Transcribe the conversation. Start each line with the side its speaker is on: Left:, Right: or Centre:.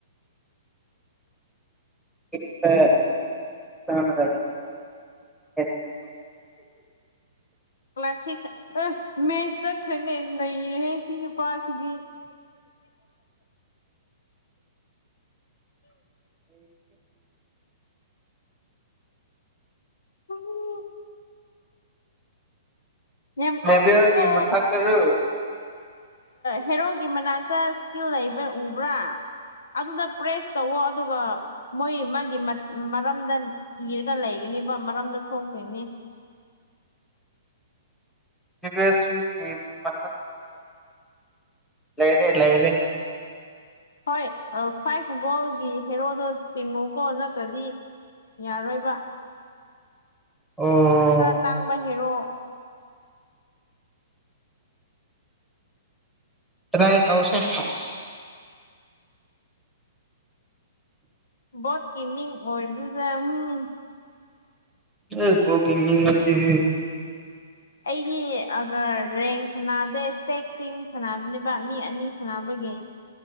Centre: ꯏꯠꯇ ꯁꯅ ꯌꯦꯁ
Left: ꯀ꯭ꯂ꯭ꯂꯥꯁꯁ ꯑ ꯃ ꯆ ꯈꯅꯦ ꯅꯩꯅ ꯏ ꯅꯨꯄꯥꯁꯤꯒꯤ ꯎꯝ ꯌꯦ ꯄꯥꯎꯉꯄꯣ
Centre: ꯂꯦꯚꯦꯜꯒꯤ ꯃꯊꯛꯇꯔꯣ
Left: ꯍꯦꯔꯣꯒꯤ ꯃꯅꯥꯛꯇ ꯏꯁꯀꯤꯜ ꯂꯩꯕ ꯎꯕ꯭ꯔꯥ ꯑꯗꯨꯗ ꯄ꯭ꯔꯦꯁ ꯇꯧꯋꯣ ꯑꯗꯨꯒ ꯃꯣꯏ ꯃꯥꯒꯤ ꯃꯔꯝꯗ ꯏꯔꯒ ꯂꯩꯒꯅꯤ ꯅꯤꯕ ꯃꯔꯝꯗ ꯊꯣꯛꯣꯡꯗꯣꯏꯅꯦ
Centre: <unintelligible> ꯊꯒꯤ ꯃꯊ ꯂꯩꯔꯦ ꯂꯩꯔꯦ
Left: ꯍꯣꯏ ꯐꯥꯏꯚ ꯒꯣꯜꯒꯤ ꯍꯦꯔꯣꯗꯣ ꯆꯤꯡꯉꯨꯀꯣ ꯅꯠꯇ꯭ꯔꯗꯤ ꯌꯥꯔꯣꯏꯕ
Centre: ꯑꯣ
Left: ꯈꯔ ꯇꯥꯡꯕ ꯍꯦꯔꯣ
Centre: ꯔꯥꯏ ꯇꯧꯁꯥ ꯍꯥꯁ
Left: ꯣ ꯀꯤꯃꯤꯡ ꯑꯣꯏꯕꯨꯖ ꯎꯝ
Centre: ꯑꯦ ꯄꯣꯛꯒꯤ ꯃꯤ ꯉꯠꯇ ꯍ
Left: ꯑꯩꯗꯤ ꯑꯒ ꯔꯔꯦꯡ ꯁꯅꯥꯗ ꯇꯦꯛ ꯇꯤꯝ ꯁꯥꯟꯅꯕꯅꯦꯕ ꯃꯤ ꯑꯅꯤ ꯁꯥꯟꯅꯕꯒꯤ